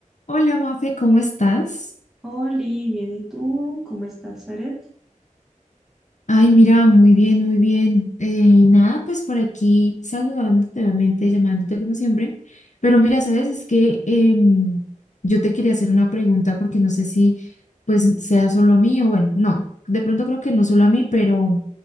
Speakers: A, on the left; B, in the centre.
A: Hola, Mafe, ¿cómo estás?
B: Oli, bien, ¿y tú? ¿Cómo estás, Zaret?
A: Ay, mira, muy bien, muy bien. Eh, nada, pues por aquí saludándote, obviamente, llamándote como siempre. Pero mira, sabes, es que em, yo te quería hacer una pregunta porque no sé si pues sea solo a mí o bueno, no, de pronto creo que no solo a mí, pero